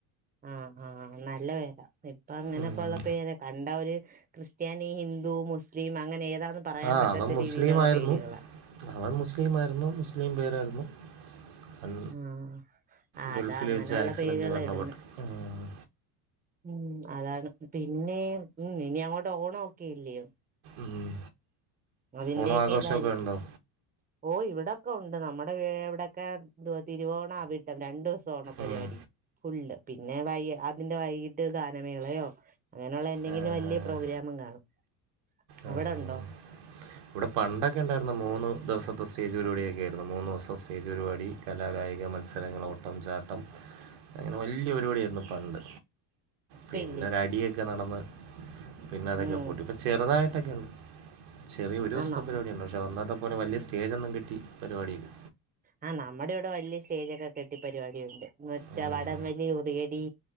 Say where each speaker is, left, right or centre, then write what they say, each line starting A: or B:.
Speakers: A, on the right; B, on the right.
A: ആഹ ആഹ് നല്ല പേരാ ഇപ്പൊ അങ്ങനെയൊക്കെ
B: ഉം.
A: ഉള്ള പേര് കണ്ട ഒരുര് ക്രിസ്ത്യാനി ഹിന്ദു മുസ്ലിം അങ്ങനെ ഏതാന്ന് പറയാൻ
B: ആഹ
A: പറ്റാത്ത
B: അവൻ മുസ്ലിം
A: രീതിയിലുള്ള
B: ആയിരുന്നു
A: പേരുകളാ
B: അവൻ മുസ്ലിംമായിരുന്നു മുസ്ലിം പേരായിരുന്നു അവൻ
A: ആഹ അതാ
B: ഗൾഫിൽ
A: അങ്ങനെയുള്ള
B: വെച്ച് ആക്സിഡൻറ്റ്
A: പേരുക
B: മരണപ്പെട്ടു
A: ഇടന്ന്
B: ഉം.
A: ഉം അതാണ് പിന്നെ ഉ ഇനി അങ്ങോട്ട് ഓണം ഒക്കെ ഇല്ലോ
B: ഉം.
A: അതിന്റെയൊക്കെ
B: ഓണം ആഘോഷമൊക്കെ
A: ഇതായിരിക്കും
B: ഉണ്ടോ
A: ഓ ഇവിടെൊക്കെ ഉണ്ട് നമ്മുടെ ഇവിടെൊക്കെ തിരുവോണം അവിട്ടം രണ്ടു ദിവസം ഓണ പരിപാടി
B: ഉം.
A: ഫുള്ള് പിന്നെ വൈ അതിന്റെ വൈകീട്ട് ഗാനമേളയോ അങ്ങനെയുള്ള എന്തെങ്കിലും
B: ആ.
A: വലിയ പ്രോഗ്രാമും കാണും
B: ആഹ്.
A: അവിടെ ഉണ്ടോ
B: ഇവിടെ പണ്ടൊക്കെ ഉണ്ടായിുന്ന മൂന്ന് ദിവസത്തെ സ്റ്റേജ് പപാടിയൊക്കെ ആയിരുന്നു മൂന്ന്ു ദിവസം സ്റ്റേജ് പരിപാടി കലാകാ കായിക മത്സരങ്ങള ഓട്ടം ചാട്ടം അങ്ങനെ വലിയ പരിപാടിന്ന്ിപ്പണ്ട്
A: ഇപ്പ
B: പിന്നെരടിയൊക്കെ
A: ഇല്ലേ
B: നടന്ന് പിന്നെ അതൊക്കെ
A: ഉം
B: പൊട്ടി ഇപ്പൊ ചെറുതായിട്ടൊക്കെ ഉണ്ട് ചെറിയ ഒരു ദിവസത്തെ
A: ആ നമ്മ
B: പരിപാടിയുണ്ട് പക്ഷേ വന്നാത്തെ പോലെ വലിയ സ്റ്റേജ്ൊന്നും കിട്ടി പരിപാടിയില്ല
A: ആ നമ്മുടെ ഇവിടെ വലിയ സ്റ്റേജൊക്കെ കെട്ടി പരിപാടി ഉണ്ട് മറ്റ
B: ഉം.
A: വടംവലി ഉറുകടി